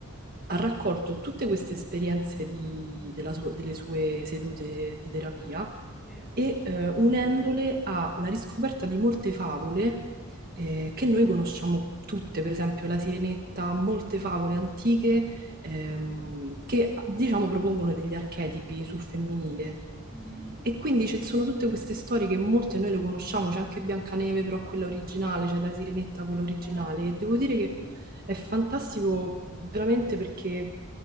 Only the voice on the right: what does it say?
ha raccolto tutte queste esperienze di- della sua- delle sue sedute di terapia
e eh, unendole alla riscoperta di molte favole eh, che noi conosciamo tutte, per esempio la Sirenetta, molte favole antiche ehm, che diciamo propongono degli archetipi sul femminile.
E quindi ci sono tutte queste storie che molte noi le conosciamo, c'è anche Biancaneve, però quella originale, c'è la Sirenetta, quella originale,
e devo dire che è fantastico veramente perché